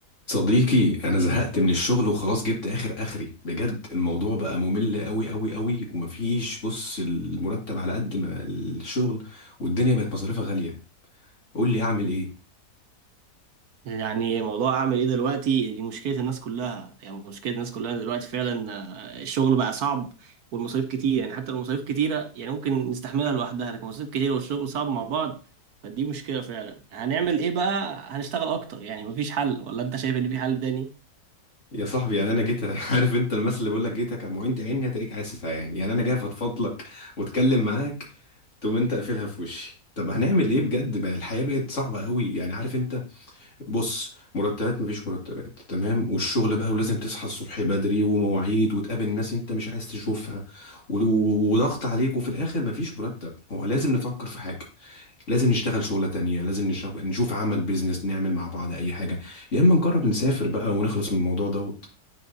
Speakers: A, on the left; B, on the right.
A: صديقي انا زهقت من الشغل وخلاص جبت اخر اخري بجد الموضوع بقى ممل قوي قوي قوي ومفيش بص المرتب على قد ما الشغل والدنيا بقت مصاريفها غالية قول لي اعمل ايه
B: يعني موضوع اعمل ايه دلوقتي دي مشكله الناس كلها يعني مشكله الناس كلها دلوقتي فعلا آه، الشغل بقى صعب والمصاريف كتير يعني حتى لو مصاريف كتيره يعني ممكن نستحملها لوحدها لكن مصاريف كتير والشغل صعب مع بعض فدي مشكله فعلا هنعمل ايه بقى هنشتغل اكتر يعني مفيش حل ولا انت شايف ان في حل تاني
A: يا صاحبي يعني انا جيت <laughs> عارف انت المثل اللي بيقول لك جيتك يا معين تعيني هتريك عايز تتعين يعني انا جاي افضفضلك واتكلم معاك تقوم انت قافلها في وشي طب هنعمل ايه بجد بقى الحياة بقت صعبة قوي يعني عارف انت بص مرتبات مفيش مرتبات تمام والشغل بقى ولازم تصحى الصبح بدري ومواعيد وتقابل ناس انت مش عايز تشوفها و- وضغط عليك وفي الاخر مفيش مرتب هو لازم نفكر في حاجة لازم نشتغل شغلة تانية لازم نشغل نشوف عمل بيزنس نعمل مع بعض اي حاجة يا اما نقرر نسافر بقى ونخلص من الموضوع ده